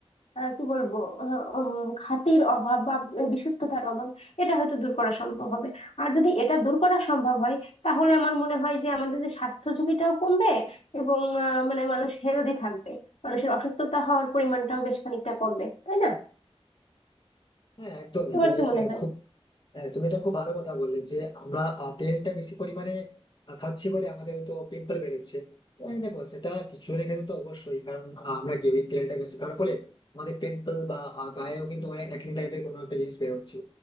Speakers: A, on the left; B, on the left.
A: আহ, কি বলবো আহ, উম, খাঁটির অভাব বা বিশুদ্ধতার অভাব এটা হয়তো দূর করা সম্ভব হবে আর যদি এটা দূর করা সম্ভব হয় তাহলে আমার মনে হয় যে আমাদের যে স্বাস্থ্য ঝুঁকিটাও কমবে এবং আহ, মানে মানুষ হেলদি থাকবে মানুষের অসুস্থতা হওয়ার পরিমাণটাও বেশ খানিকটা কমবে তাই না
B: হ্যাঁ একদমই
A: তোমার
B: তুমি
A: কি মনে
B: আহ,
A: হয়
B: খুব হ্যাঁ তুমি এটা খুব ভালো কথা বললে যে আমরা আহ, তেলটা বেশি পরিমাণে আহ, খাচ্ছি বলে আমাদের হয়তো পিম্পল বেরোচ্ছে তো হ্যাঁ, দেখো সেটা কিছু জনের ক্ষেত্রে তো অবশ্যই কারণ আহ, আমরা কি ওই তেলটা বেশি খাওয়ার ফলে আমাদের পিম্পল বা আহ, গায়েও কিন্তু অনেক একনি টাইপের কোনো একটা জিনিস বেরোচ্ছে